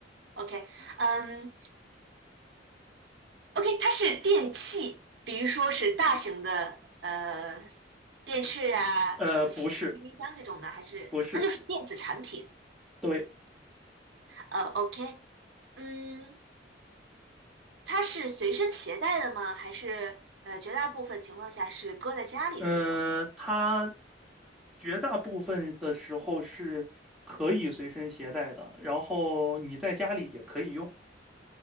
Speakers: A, on the right (about 75°); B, in the centre.
A: OK，嗯，OK，它是电器，比如说是大型的呃电视啊，
B: 呃，
A: 然后洗衣机、
B: 不是，
A: 冰箱这种的，还是那就是电子产品。
B: 不是，对，
A: 呃，OK，嗯。它是随身携带的吗？还是呃，绝大部分情况下是搁在家里的这种？
B: 呃，它绝大部分的时候是可以随身携带的，然后你在家里也可以用，